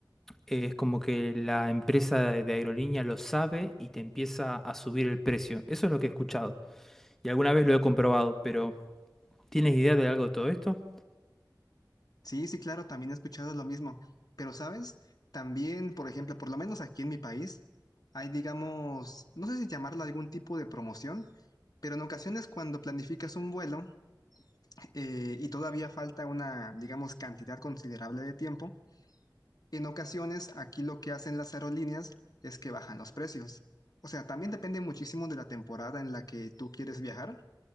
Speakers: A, in the centre; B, on the left.
A: eh, es como que la empresa de, de aerolínea lo sabe y te empieza a subir el precio. Eso es lo que he escuchado y alguna vez lo he comprobado, pero ¿tienes idea de algo de todo esto?
B: Sí, sí, claro, también he escuchado lo mismo. Pero, ¿sabes? También, por ejemplo, por lo menos aquí en mi país, hay, digamos, no sé si llamarlo algún tipo de promoción, pero en ocasiones cuando planificas un vuelo eh, y todavía falta una, digamos, cantidad considerable de tiempo, en ocasiones aquí lo que hacen las aerolíneas es que bajan los precios. O sea, también depende muchísimo de la temporada en la que tú quieres viajar.